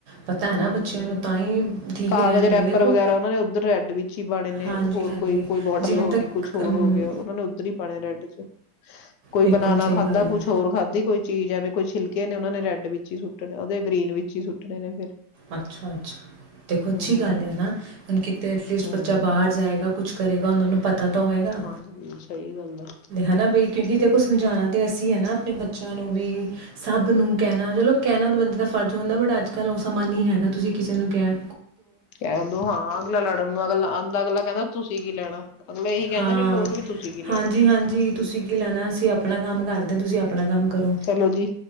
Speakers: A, on the right (about 70°); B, on the left (about 80°).
A: ਪਤਾ ਹੈ
B: ਹਮ
A: ਨਾ ਬੱਚਿਆਂ ਨੂੰ ਤਾਂ ਹੀ ਠੀਕ
B: ਕਾਗਜ਼
A: ਰਹਿਣਗੇ
B: ਰੈਪਰ
A: ਦੇਖੋ
B: ਵਗੈਰਾ ਉਹਨਾ ਨੇ ਉੱਧਰ ਰੈਡ ਵਿੱਚ ਹੀ ਪਾਣੇ ਨੇ
A: ਹਾਂਜੀ
B: ਹੋਰ
A: ਹਾਂਜੀ
B: ਕੋਈ ਕੋਈ ਬੋਟਲ
A: ਜਿਵੇਂ
B: ਹੋ
A: ਤੱਕ
B: ਗਈ ਕੁਛ ਹੋਰ
A: ਅਮ,
B: ਹੋ ਗਿਆ ਉਹਨਾ ਨੇ ਉੱਧਰ ਹੀ ਪਾਣੇ ਰੈਡ ਚ ਕੋਈ
A: ਬਿਲਕੁਲ
B: ਬਨਾਨਾ
A: ਸਹੀ
B: ਖਾਧਾ
A: ਗੱਲ
B: ਕੁਛ
A: ਹੈ
B: ਹੋਰ ਖਾਧੀ ਕੋਈ ਚੀਜ਼ ਆਵੇਂ ਕੋਝ ਛਿਲਕਿਆ ਨੇ ਉਹਨਾਂ ਨੇ ਰੈੱਡ ਵਿੱਚ ਵਿੱਚ ਸੁੱਟਣੇ ਉਹਦੇ ਗ੍ਰਰੀਨ ਵਿੱਚ ਹੀ ਸੁੱਟਣੇ ਨੇ ਫੇਿਰ
A: ਅੱਛਾ ਅੱਛਾ ਦੇਖੋ ਅੱਛੀ
B: ਹੂੰ
A: ਗੱਲ ਹੈ ਨਾ ਹੁਣ ਕਿਤੇ ਅਟਲੀਸਟ
B: ਹੂੰ
A: ਬੱਚਾ ਬਾਹਰ ਜਾਏਗਾ ਕੁਛ ਕਰੇਗਾ ਉਹਨਾਂ ਨੂੰ ਪਤਾ ਤਾਂ ਹੋਏਗਾ
B: ਹਾਂਜੀ ਸਹੀ ਗੱਲ ਆ
A: ਹਨਾ ਬ ਕਿਉਂਕਿ ਦੇਖੋ ਸਮਝਾਣਾ ਤੇ ਅਸੀਂ ਹੈ ਨਾ ਆਪਣੇ ਬੱਚਿਆਂ ਨੂੰ ਵੀ ਸਭ ਨੂੰ ਕਹਿਣਾ ਚਲੋ ਕਹਿਣਾ ਦਾ ਬੰਦੇ ਦਾ ਫਰਜ਼ ਹੁੰਦਾ ਬਟ ਅੱਜ ਕੱਲ ਉਸ ਸਮਾਂ ਨ ਹੈਗਾ ਤੁਸੀਂ ਕਿਸੇ ਨੂੰ ਕਿਹਾ
B: ਕਹ ਦ ਹਾਂ ਅਗਲਾ ਲੜਨ ਨੂੰ ਅਗਲਾ ਦਾ ਅਗਲਾ ਕਹਿੰਦਾ ਤੁਸੀਂ ਕੀ ਲੈਣਾ ਅਗਲੇ ਇਹੀ ਕਹਿੰਦੇ
A: ਹਾਂ
B: ਨੇ ਲੋਕ ਵੀ ਤੁਸੀਂ ਕੀ
A: ਹਾਂਜੀ
B: ਲੈਣਾ
A: ਹਾਂਜੀ ਤੁਸੀਂ ਕੀ ਲੈਣਾ ਅਸੀਂ ਆਪਣਾ ਕੰਮ ਕਰਦੇ ਤੁਸੀਂ ਆਪਣਾ ਕੰਮ ਕਰੋ
B: ਚਲੋ ਜੀ